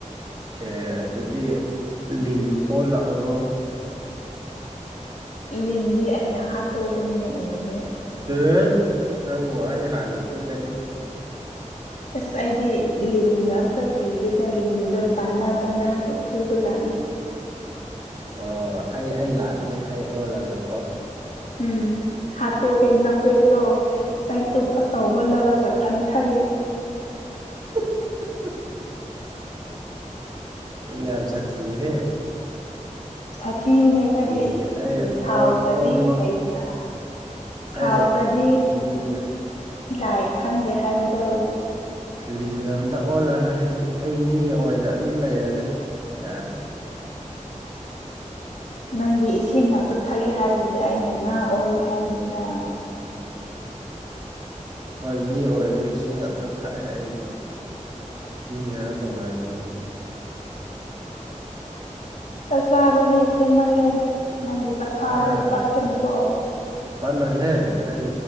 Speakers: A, on the right; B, on the left.
A: ꯑꯦ ꯑꯗꯨꯗꯤ ꯂꯤꯟ ꯑꯣ ꯂꯥꯛꯑꯣꯔꯣ
B: ꯂꯤꯟꯗꯤ ꯑꯩꯅ ꯍꯥꯠꯇꯣꯛꯀꯅꯤꯅꯦ ꯎꯔꯗꯤ
A: ꯑꯦ ꯅꯪ ꯕꯨ ꯑꯩ ꯍꯥꯟꯅ ꯆꯤꯀꯅꯤ
B: ꯑꯁ ꯑꯩꯗꯤ ꯂꯤꯟꯒ ꯑꯝꯇ ꯀꯤꯗꯦꯗ ꯂꯤꯟꯗꯣ ꯇꯥꯟꯅ ꯇꯥꯅꯔꯒ ꯐꯨꯕ ꯖꯥꯠꯅꯤ
A: ꯑꯣ ꯑꯩ ꯑꯩ ꯂꯥꯛꯀꯦ ꯑꯩ ꯑꯣꯜꯂꯒ ꯀꯣ
B: ꯎꯝ ꯍꯥꯇꯣꯀꯦ ꯅꯀꯣꯛꯇꯣ ꯁꯥꯏꯠꯇꯨ ꯑꯆꯧꯕ ꯂꯧꯔꯒ ꯀꯟꯊꯒꯦ
A: <unintelligible> ꯌꯥꯝ ꯁꯥ ꯊꯤ ꯍꯦ
B: ꯁꯥꯊꯤꯕꯅꯦ ꯑꯩꯈꯣꯏꯗꯤ
A: ꯀꯤꯌꯦ ꯑꯩ
B: ꯁꯥꯎꯈ꯭ꯔꯗꯤ
A: ꯑꯣꯟ ꯑꯣꯟꯃꯛ
B: ꯂꯩꯗꯅ ꯁꯥꯎꯈ꯭ꯔꯗꯤ
A: ꯑꯩ ꯂꯤꯟꯒ
B: ꯂꯥꯏ ꯈꯪꯗꯦ ꯍꯥꯏꯕꯗꯣ
A: ꯂꯤꯟꯒ ꯑꯝꯇ ꯑꯣꯜꯂꯔꯣꯏ ꯑꯩ ꯑꯩ ꯃꯤ ꯑꯣꯏꯅ ꯑꯗꯨꯝ ꯂꯩꯔꯒꯦ ꯌꯥꯔꯦ <inaudible>
B: ꯅꯪꯗꯤ ꯏꯁꯩ ꯉꯥꯛꯇ ꯊꯛꯏ ꯍꯥꯏꯕꯗꯨꯗ ꯑꯩꯅ ꯉꯥ ꯑꯣꯜꯂꯣ ꯍꯥꯏꯕꯅꯤꯗ
A: ꯍꯣꯏ ꯃꯤ ꯑꯣꯏꯔꯁꯨ ꯏꯁꯤꯡ ꯑꯇ ꯊꯥꯛꯑꯦ ꯑꯩꯗꯤ ꯃꯤ ꯈꯔ ꯇꯧꯅꯕꯅꯤ <inaudible>
B: ꯆꯥꯛ ꯆꯥꯔꯨꯍꯦ ꯊꯦꯡꯃꯜꯂꯦ ꯅꯪꯒꯤ ꯆꯈꯥꯎꯗꯣ
A: ꯆꯥꯔꯣꯏ
B: ꯄꯠꯀꯅꯤꯀꯣ
A: ꯄꯠꯂꯣꯏꯍꯦ ꯑꯩ